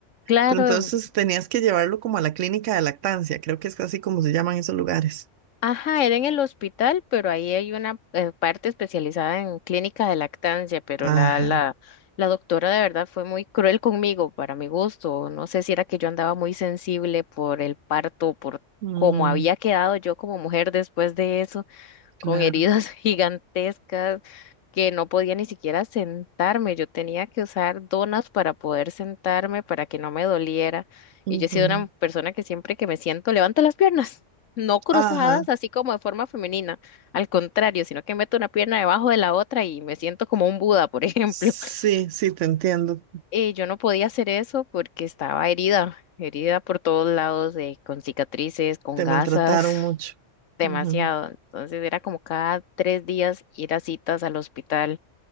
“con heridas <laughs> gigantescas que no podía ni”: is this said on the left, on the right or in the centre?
Left